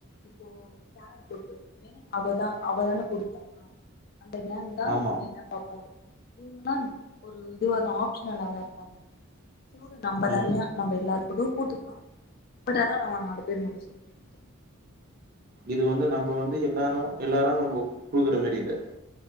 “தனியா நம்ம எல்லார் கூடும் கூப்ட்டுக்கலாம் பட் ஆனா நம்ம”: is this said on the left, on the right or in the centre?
Left